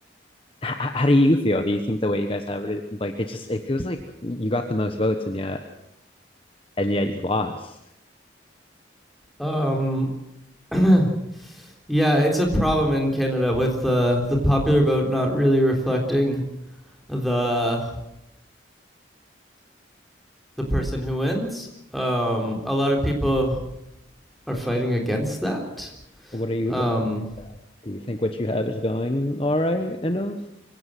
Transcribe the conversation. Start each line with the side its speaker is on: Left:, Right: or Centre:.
Left: h- how do you feel? Do you think the way you guys have it, like it just it feels like you got the most votes and yet and yet you lost.
Centre: um <clears throat> yeah, it's a problem in Canada with uh, the popular vote not really reflecting the the person who wins. Um a lot of people are fighting against that.
Left: What are you
Centre: Um
Left: what do you do you think what you have is going all right enough?